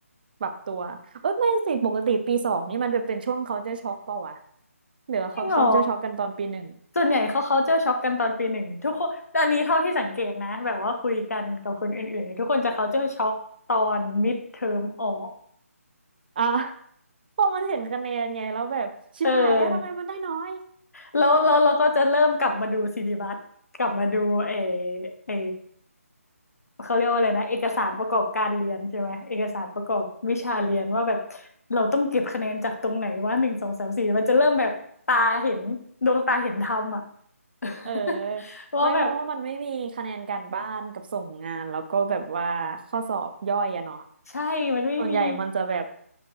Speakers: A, on the right; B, on the left.
A: ปรับตัวเอ้ยไม่สิปกติปีสองนี่มันจะเป็นช่วงเขาจะช็อกเปล่าวะหรือว่าเขาเขาจะช็อกกันตอนปีหนึ่ง
B: จริงเหรอส่วนใหญ่เขาเขาเจอช็อกกันตอนปีหนึ่งทุกคนอันนี้เท่าที่สังเกตนะแบบว่าคุยกันกับคนอื่นๆทุกคนจะเขาเจอช็อกตอนมิดเทอมออก
A: อ่ะ <laughs> เพราะมันเห็นคะแนนไงแล้วแบบชิบหายแล้วทำไมมันได้น้อย
B: เออ แล้วแล้วเราก็จะเริ่มกลับมาดูซีดีบัตกลับมาดูเอเอเขาเรียกว่าอะไรนะเอกสารประกอบการเรียนใช่ไหมเอกสารประกอบวิชาเรียนว่าแบบเราต้องเก็บคะแนนจากตรงไหนว่าหนึ่งสองสามสี่มันจะเริ่มแบบตาเห็นดวงตาเห็นธรรมอ่ะ
A: เออ
B: <laughs> ว่าแบบ
A: ไม่เพราะว่ามันไม่มีคะแนนการบ้านกับส่งงานแล้วก็แบบว่าข้อสอบย่อยอะเนาะ
B: ใช่มันไม่มี
A: ส่วนใหญ่มันจะแบบ